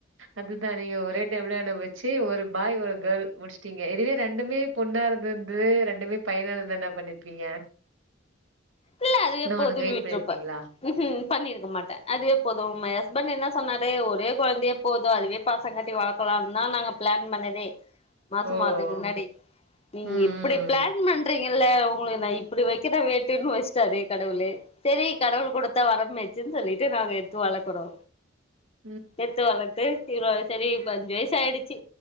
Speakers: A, on the right; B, on the left.
A: அதுதா நீங்க ஒரே டைம்ல <unintelligible> வச்சு ஒரு பாய் ஒரு கேர்ல் முடிச்சுட்டீங்க இதுவே ரெண்டுமே பொண்ணா இருந்து இதுவே ரெண்டுமே பயனா இருந்தா என்ன பண்ணிருப்பீங்க
B: இல்ல அதுவே
A: இன்னு
B: போதுன்னு
A: ஒன்னுக்கு வெயிட்
B: விட்டுருப்ப
A: பண்ணிருப்பீங்களா
B: ம்கு பண்ணிருக்க மாட்ட அதுவே போது மை ஹஸ்பண்ட் என்ன சொன்னாரு ஒரே குழந்தையே போது அதுவே பாசங்காட்டி வளர்க்கலானுதா நாங்க ப்ளன் பண்ணதே மாசமா
A: ஓ
B: ஆகுறத்துக்கு முன்னாடி நீங்க
A: ம்
B: இப்டி பிளான் பண்றீங்கல்ல உங்களுக்கு நா இப் இப்டி வைக்கிற வேட்டுன்னு வச்சிட்டாரு கடவுள் சரி கடவுள் கொடுத்தா வரம் பாச்சு சொல்லிட்டு நாங்க எடுத்து வளக்கறோ
A: ம்
B: பெத்து வளர்த்து இவ்வளோ சரி இப்ப அஞ்சு வயசு ஆயிச்சு